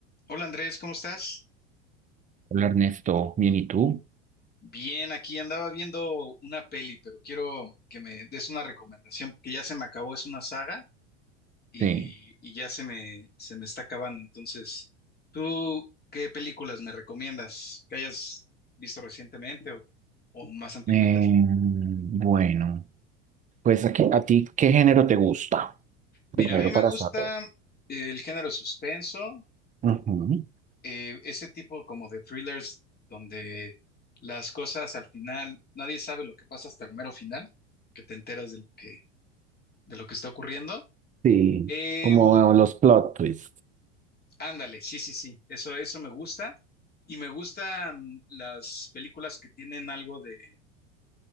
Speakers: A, on the left (about 30°); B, on the right (about 25°).
A: Hola Andrés, ¿cómo estás?
B: Hola Ernesto, bien, ¿y tú?
A: Bien, aquí andaba viendo una peli, pero quiero que me des una recomendación, porque ya se me acabó, es una saga y,
B: Sí.
A: y ya se me, se me está acabando. Entonces, ¿tú qué películas me recomiendas que hayas visto recientemente o, o más antigüitas?
B: Eh, bueno, pues aquí, ¿a ti qué género te gusta? Primero
A: Mira, a mí me
B: para
A: gusta
B: saber.
A: eh, el género de suspenso,
B: Ujú,
A: eh, ese tipo como de thrillers donde las cosas al final, nadie sabe lo que pasa hasta el mero final, que te enteras de lo que de lo que está ocurriendo.
B: Sí,
A: Em,
B: como los plot twists.
A: ándale, sí, sí, sí, eso, eso me gusta. Y me gustan las películas que tienen algo de,